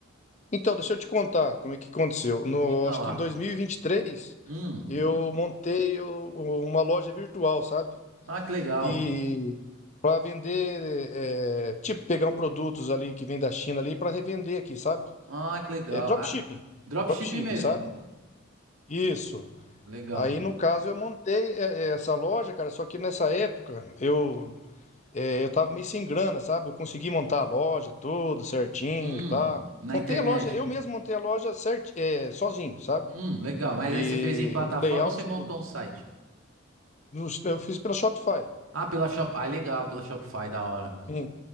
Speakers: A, on the left; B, on the right.
A: Então, deixa eu te contar como é que aconteceu. No,
B: Diga
A: acho
B: lá.
A: que em dois mil e e vinte e três
B: Hum.
A: eu montei o- o- uma loja virtual, sabe?
B: Ah, que legal.
A: E para vender, é, tipo, pegar um produtos ali que vem da China ali para revender aqui, sabe?
B: Ah, que legal.
A: É dropshipping.
B: Ah, dropshipping
A: Dropshipping,
B: mesmo.
A: sabe? Isso.
B: Legal.
A: Aí, no caso, eu montei é, é, essa loja, cara, só que nessa época eu É, eu tava meio sem grana, sabe? Eu consegui montar a loja, tudo certinho
B: Hum,
A: e tal.
B: na
A: Montei
B: internet.
A: a loja, eu mesmo montei a loja cert, é, sozinho, sabe?
B: Hum, legal. Mas
A: E
B: aí você fez em plataforma
A: o layout,
B: ou você montou
A: tudo.
B: um site?
A: No- Eu fiz pela Shopify,
B: Ah, pela Shop... Ah, legal, pela Shopify, da hora.
A: sim,